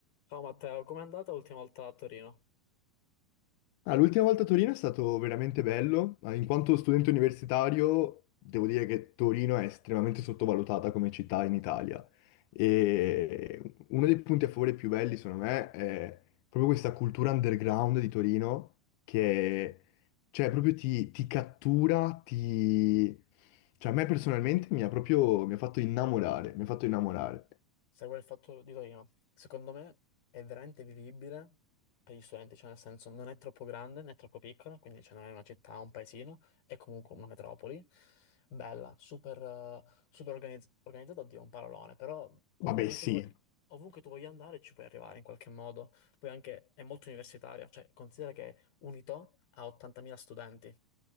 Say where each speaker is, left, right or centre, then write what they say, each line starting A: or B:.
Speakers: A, on the left; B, on the left.
A: Ciao Matteo, com'è andata l'ultima volta a Torino?
B: Ah, l'ultima volta a Torino è stato veramente bello. Ah, In quanto studente universitario, devo dire che Torino è estremamente sottovalutata come città in Italia. E
A: Mhm.
B: uno dei punti a favore più belli, secondo me, è proprio questa cultura underground di Torino che, cioè, proprio ti, ti cattura, ti... Cioè, a me personalmente mi ha proprio, mi ha fatto innamorare, mi ha fatto innamorare.
A: Sai qual è il fatto di Torino? Secondo me è veramente vivibile per gli studenti, cioè nel senso non è troppo grande né troppo piccola, quindi cioè, non è una città, un paesino, è comunque una metropoli, bella, super, eh, super organizz- organizzata, oddio, un parolone, però
B: Vabbè,
A: ovunque
B: sì,
A: tu, vuoi, ovunque tu voglia andare ci puoi arrivare in qualche modo, poi anche è molto universitaria, cioè considera che Unito ha 80.000 studenti,